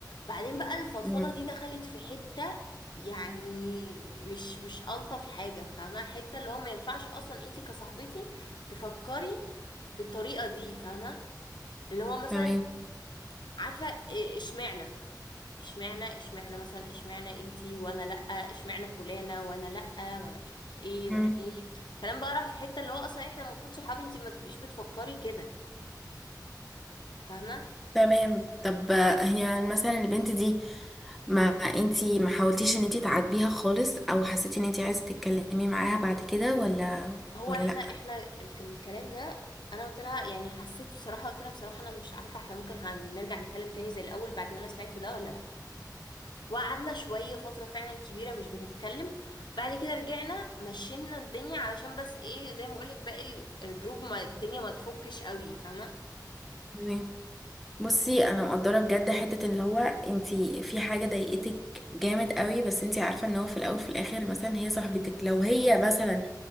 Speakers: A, on the left; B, in the centre.
A: بعدين بقى الفضفضه
B: مم.
A: دي دخلت في حته يعني مش مش الطف حاجه فاهمه حته اللي هو ما ينفعش اصلا انتي كصاحبتي تفكري بالطريقه دي فاهمه اللي هو مثلا
B: تمام
A: عارفه إيه- اشمعنى اشمعنى اشمعنى مثلا اشمعنى انتي وانا لأ اشمعنى فلانة وانا لأ وانا مش عارفة ايه
B: مم.
A: وانا ايه كلام بقى راح في حتة اللي هو اصلا احنا المفروض صحابي انتي ما تبقيش بتفكري كده فاهمة
B: تمام طب هي مثلا البنت دي ما انتي ما حاولتيش ان انتي تعاتبيها خالص او حسيتي ان انتي عايزه تتكلمي معاها بعد كده ولا
A: هو
B: ولا
A: احنا
B: لا
A: احنا في الكلام ده انا قلت لها يعني حسيت بصراحة قلت لها بصراحة انا مش عارفة احنا ممكن هنرجع نتكلم تاني زي الاول بعد اللي انا سمعته ده ولا لأ وقعدنا شوية فترة فعلا كبيرة مش بنتكلم بعد كده رجعنا مشينا الدنيا علشان بس ايه زي ما بقولك باقي ال- الجروب ما الدنيا ما تفكش قوي فاهمة
B: تمام بصي انا مقدره بجد حته اللي هو انتي في حاجه ضايقتك جامد قوي بس انتي عارفه ان هو في الاول في الاخر مثلا هي صاحبتك لو هي مثلا